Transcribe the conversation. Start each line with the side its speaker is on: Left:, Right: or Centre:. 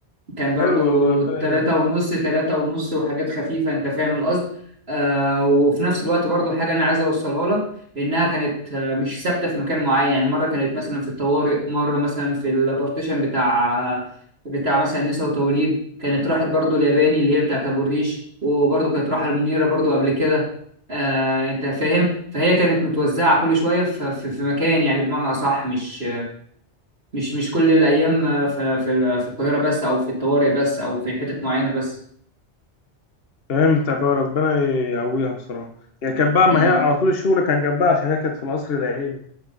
Right: كان برضو
Left: حلو والله ربنا
Right: تلاتة
Left: يبارك
Right: ونص تلاتة ونص وحاجات خفيفة انت فاهم القصد آه وفي نفس الوقت برضو حاجة انا عايز اوصلها لك انها كانت آه، مش ثابتة في مكان معين يعني مرة كانت مثلا في الطوارئ مرة مثلا في البارتيشن بتاع بتاع مثلا نساء وتوليد كانت راحت برضو الياباني اللي هي بتاعت ابو الريش وبرضو كانت راحة المنيرة برضو قبل كده آه انت فاهم فهي كانت متوزعة كل شوية في, في, في مكان يعني بمعنى اصح مش مش مش كل الأيام في في ال- في القاهرة بس أو في الطوارئ بس أو في حتت معينة بس
Left: فهمتك اه ربنا يقويها بصراحة هي كانت بقى ما
Right: امم
Left: هي على طول الشغل كان جنبها عشان هي كانت في القصر العيني